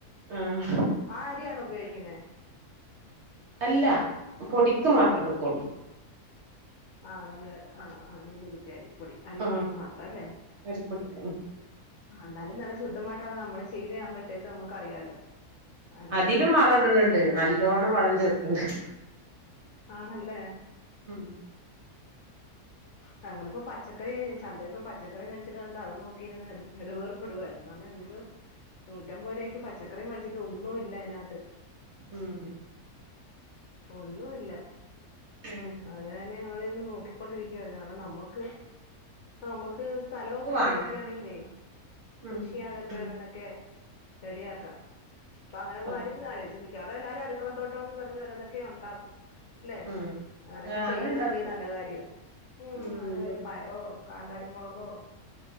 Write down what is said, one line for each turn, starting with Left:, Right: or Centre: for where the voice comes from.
Right: ആഹ്
Left: ആ അരിയാണ് ഉപയോഗിക്കുന്നേ
Right: അല്ല പൊടിക്ക് മാത്രം എടുക്കുള്ളൂ
Left: ആഹ് നമ്മള് ആ ആ നെല്ലുകുത്തി ആരി പൊടി അരിപ്പൊടിക്ക്
Right: ആഹ്
Left: മാത്രല്ലേ
Right: അരിപ്പൊടിക്ക് ഉം
Left: ആഹ് നല്ല നല്ല ശുദ്ധമായിട്ടുള്ള നമ്മള് ചെയതാവുമ്പോഴത്തേക്ക് നമുക്ക് അറിയാലോ നല്ലതൊക്കെ
Right: അതിലും വളം ഇടണണ്ട് നല്ലോണ്ണം വളം ചെർക്ക ഹ <inaudible>
Left: ആണല്ലേ
Right: ഉം
Left: ഞങ്ങളിപ്പോ പച്ചക്കറി ചന്തപ്പോ പച്ചക്കറി മേടിച്ചിട്ട് വന്നിട്ട് അത് നോക്കിയിരു നെടുവേർപ്പിടുവരുന്നു കാരണം എന്ത് നൂറ്റമ്പത് രൂപയ്ക്ക് പച്ചക്കറി മേടിച്ചിട്ട് ഒന്നും ഇല്ല അതിനത്ത്
Right: ഉം
Left: ഒന്നും ഇല്ല
Right: അത്
Left: അതന്നെ നോക്കിക്കൊണ്ടിരിക്ക നമുക്ക് നമുക്ക് സ്ഥലമൊക്കെ
Right: വാണ്ട
Left: ഉള്ളവരൊക്കെ ആണെങ്കിലേ കൃഷിയാതൊക്കെ
Right: ഉം ഉം
Left: ഓരോന്നൊക്കെ റെഡിയാക്കാം അപ്പ അങ്ങനൊന്നും
Right: അതെ
Left: ആരും <unintelligible> ക്കാറും എല്ലാരും അടുക്കളത്തോട്ടോന്ന് പറഞ്ഞ് ഓരോ ഒക്കെ ഉണ്ടാക്കും അല്ലെ
Right: ഉം
Left: അങ്ങനെയൊക്കെ
Right: ആ അങ്ങനെ
Left: ചെയ്യുന്ന
Right: ഇണ്ടാക്കും
Left: വലിയ നല്ല കാര്യം ഉ
Right: ഉം
Left: അങ്ങനെ ക പയറോ കാന്ത മുളകോ